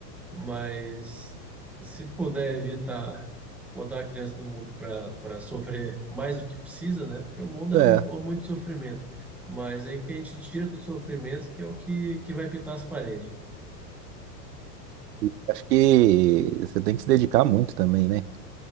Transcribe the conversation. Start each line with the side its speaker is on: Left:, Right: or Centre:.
Centre: Mas se puder evitar botar a criança do mundo para para sofrer mais do que precisa, né? Porque o mundo é
Right: É,
Centre: um, um monte de sofrimento. Mas aí que a gente tira do sofrimento, que é o que, que vai pintar as paredes.
Right: e acho que você tem que se dedicar muito também, né?